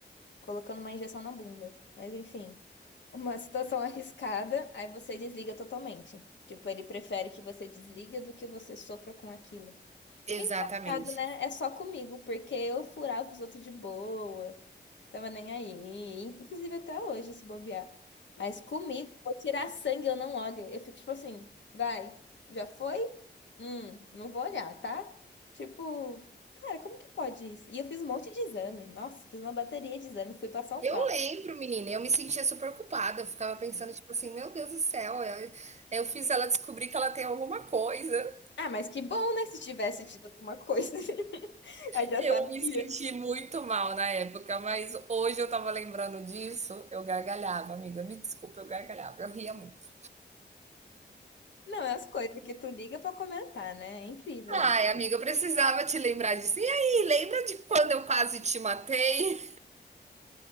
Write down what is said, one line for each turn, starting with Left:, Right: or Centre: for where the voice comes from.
Left: colocando uma injeção na bunda. Mas enfim, uma <laughs> situação arriscada, aí você desliga totalmente. Tipo, ele prefere que você desliga do que você sofra com aquilo.
Right: exatamente.
Left: Engraçado, né? É só comigo, porque eu furava os outros de boa. Tava nem aí. Inclusive até hoje, se bobear. Mas comigo, vou tirar sangue, eu não olho. Eu fico tipo assim, vai, já foi? Hum, não vou olhar, tá? Tipo, cara, como que pode isso? E eu fiz um monte de exame. Nossa, fiz uma bateria de exame, fui pra São
Right: Eu
Left: Paulo.
Right: lembro, menina, eu me sentia super culpada. Eu ficava pensando, tipo assim, meu Deus do céu, eu, eu fiz ela descobrir que ela tem alguma coisa.
Left: Ah, mas que bom, né? Se tivesse tido alguma coisa, <laughs> aí já
Right: Eu
Left: sabia.
Right: me senti muito mal na época, mas hoje eu tava lembrando disso, eu gargalhava, amiga. Me desculpa, eu gargalhava, eu ria muito.
Left: Não, é as coisas que tu liga pra comentar, né? É incrível
Right: Ai,
Left: isso.
Right: amiga, eu precisava te lembrar disso. E aí, lembra de quando eu quase te matei?